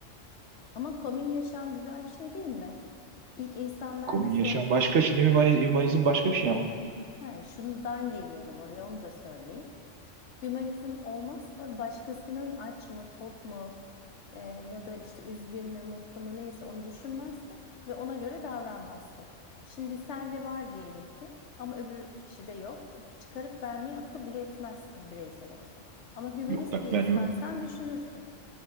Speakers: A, on the left (about 65°); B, on the right (about 70°).
A: Ama komün yaşam güzel bir şey değil mi? İlk insanlar
B: Komün
A: nasıl?
B: yaşam başka. Şimdi hümanizm, hümanizm başka bir şey ama.
A: Ha, şundan geliyorum oraya onu da söyleyeyim. Hümanizm olmazsa başkasının aç mı, tok mu e, ya da işte üzgün mü, mutlu mu neyse onu düşünmezsin ve ona göre davranmazsın. Şimdi sende var diyelim ki ama öbür kişide yok. Çıkarıp vermeyi akıl bile etmezsin bireysel olsan. Ama hümanist
B: Yok bak
A: bir insan
B: ben hü-
A: düşünürsün.